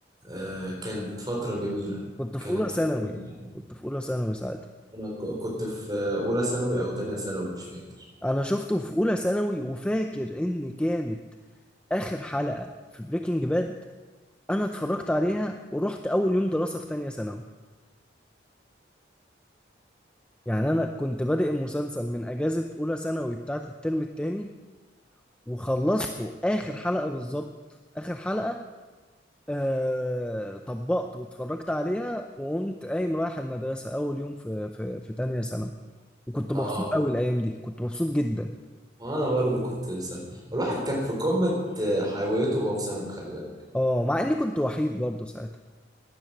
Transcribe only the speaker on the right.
آه كانت فتره جميله
كانت
فتره يعني
انا ك- كنت في آه، اولى ثانوي او تانية ثانوي مش فاكر
اه
وانا برضه كنت في ثانوي الواحد كان في قمه آه، حيويته وهو في ثانوي خلي بالك